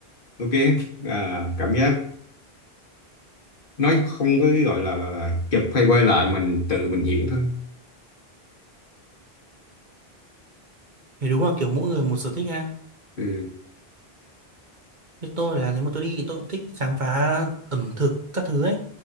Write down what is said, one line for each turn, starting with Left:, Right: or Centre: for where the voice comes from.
Left: ok à, cảm giác nói không có cái gọi là, là là chụp hay quay lại mình tự mình hiểu thôi
Right: Thì đúng là kiểu mỗi người một sở thích ha.
Left: ừ,
Right: Như tôi là nếu mà tôi đi thì tôi cũng thích khám phá ẩm thực các thứ ấy.